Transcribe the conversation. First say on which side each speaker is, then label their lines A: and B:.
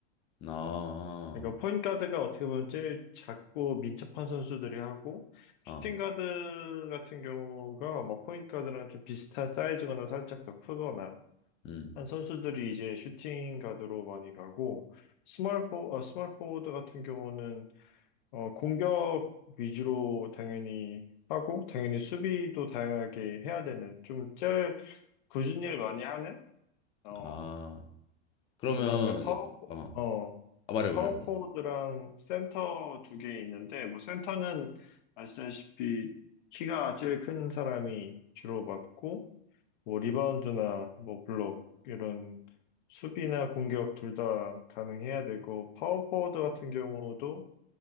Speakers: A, on the left; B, on the left.
A: 아,
B: 그러니까 포인트 가드가 어떻게 보면 제일 작고 민첩한 선수들이 하고 슈팅
A: 아,
B: 가드 같은 경우가 아마 포인트 가드랑 좀 비슷한 사이즈거나 살짝 더 크거나
A: 음,
B: 한 선수들이 이제 슈팅 가드로 많이 가고 스몰 포, 아, 스몰 포워드 같은 경우는 어, 공격 위주로 당연히 하고, 당연히 수비도 다양하게 해야 되는, 좀 제일 굳은 일 많이 하는, 어,
A: 아. 그러면
B: 그 다음에 파워,
A: 이- 어,
B: 어,
A: 아, 말해 말해
B: 파워
A: 말해.
B: 포워드랑 센터 두 개 있는데, 뭐 센터는 아시다시피 키가 제일 큰 사람이 주로 맡고, 뭐 리바운드나 뭐 블록, 이런 수비나 공격 둘 다 가능해야 되고, 파워 포워드 같은 경우도